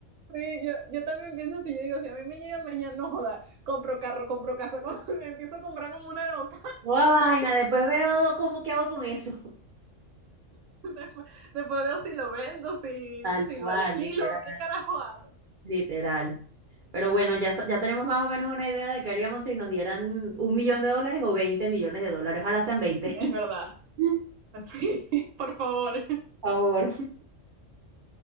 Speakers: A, on the right; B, on the right.
A: Sí, yo, yo también pienso así, yo digo, si a mí me llega mañana, no joda, compro carro, compro casa, <laughs> compro, me empiezo a comprar como una loca.
B: Toda vaina, después veo cómo qué hago con eso. <laughs>
A: <laughs> Después, después veo si lo vendo, si,
B: Tal
A: si
B: cual,
A: lo alquilo,
B: literal,
A: qué carajo hago.
B: literal. Pero bueno, ya, sa- ya tenemos más o menos una idea de qué haríamos si nos dieran un millón de dólares o veinte millones de dólares. Ojalá sean 20.
A: Es verdad.
B: <laughs>
A: Así, <laughs> por favor.
B: Por favor.